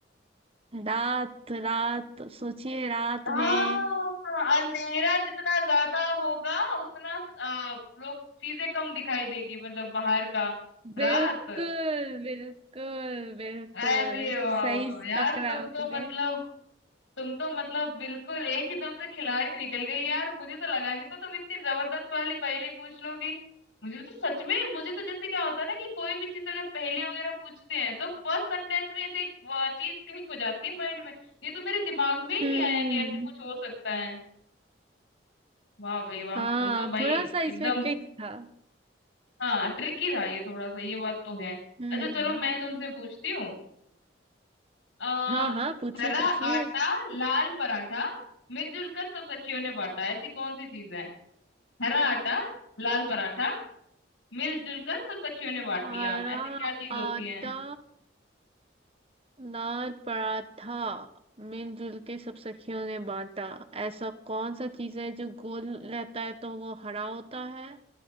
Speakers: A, on the right; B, on the left.
A: रात रात सोचिए रात
B: हाँ
A: में
B: अंधेरा जितना ज्यादा होगा उतना आ, लोग चीजें कम दिखाई देगी मतलब बाहर का रात
A: बिल्कुल बिल्कुल बिल्कुल
B: अरे वाह
A: सही
B: वाह यार
A: पकड़ा
B: तुम
A: आपने
B: तो मतलब तुम तो मतलब बिल्कुल एक ही दम से खिलाड़ी निकल गई यार मुझे तो लगा नहीं था तुम इतनी जबरदस्त वाली पहेली पूछ लोगी मुझे तो सच में मुझे तो जैसे क्या होता है ना कि कोई भी चीज अगर पहेलियां वगैरह पूछते हैं तो फर्स्ट सेंटेंस में ऐसे एक चीज क्लिक हो जाती है माइंड में ये तो मेरे दिमाग में ही
A: हम्म
B: नहीं आया कि ऐसा कुछ हो सकता है वाह भाई वाह
A: हाँ
B: तुम तो भाई
A: थोड़ा सा
B: एकदम
A: इसमें ट्रिक था
B: हाँ ट्रिकी था ये थोड़ा सा ये बात तो है
A: हम्म
B: अच्छा चलो मैं तुमसे पूछती हूँ आ,
A: हाँ हाँ पूछिए
B: हरा
A: पूछिए
B: आटा लाल पराठा मिलजुल कर सब सखियों ने बांटा ऐसी कौन सी चीज है हरा आटा लाल पराठा मिलजुल कर सब सखियों ने बांट
A: हरा
B: लिया ऐसी क्या चीज होती
A: आटा
B: है
A: लाल पराठा मिलजुल के सब सखियों ने बांटा ऐसा कौन सा चीज है जो गोल रहता है तो वो हरा होता है